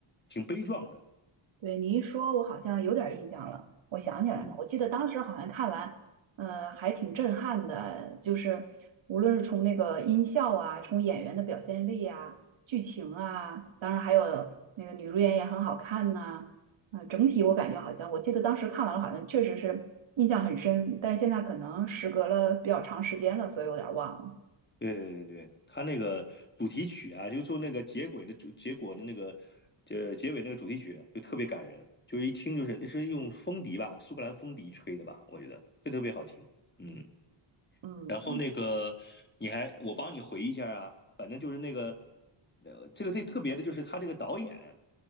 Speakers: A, on the left; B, on the right.
A: 挺悲壮的。
B: 对你一说，我好像有点儿印象了，我想起来了，
A: 嗯。
B: 我记得当时好像看完，呃，还挺震撼的，就是无论是从那个音效啊，从演员的表现力啊，剧情啊，当然还有那个女主演也很好看呐、呃，整体我感觉好像，我记得当时看完了，好像确实是印象很深，但是现在可能时隔了比较长时间了，所以有点儿忘了，
A: 对对对对，他那个主题曲啊，就做那个结尾的主结果的那个呃结尾那个主题曲就特别感人，就是一听就是那是用风笛吧，苏格兰风笛吹的吧，我觉得这特别好听。嗯
B: 嗯。
A: 然后那个你还我帮你回忆一下啊，反正就是那个呃，这个最特别的就是他这个导演，